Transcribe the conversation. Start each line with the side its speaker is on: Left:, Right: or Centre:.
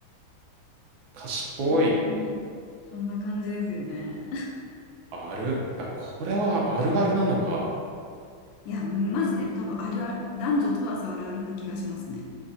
Right: 歌詞っぽい、
Left: 本当に、そんな感じですよね。<laughs>
Right: ある、あ、これはあるあるなのか。
Left: いや、マジで、多分あるある、男女問わずあるあるな気がしますね。